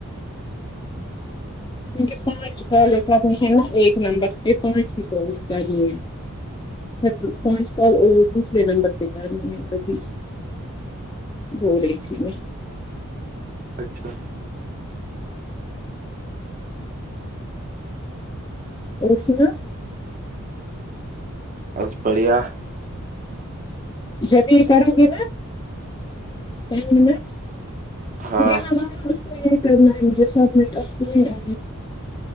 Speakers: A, on the left; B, on the right.
A: کیکہ پانچ کال ہے نا ایک نمبر پہ پانچ ہی کال کرنی ہے پانچ کال اور دوسرے نمبر پہ کرنی ہے تبھی بول رہی تھی میں <unintelligible>
B: اچھا <unintelligible>
A: اورشناا <unintelligible>
B: بس بڑھیا <inaudible>
A: جب یہ کرو گے ناین من
B: ہاں
A: ھر یہ ہمار اس کو <unintelligible> کرنا ہے مجھے سبمٹ آپ آئی گا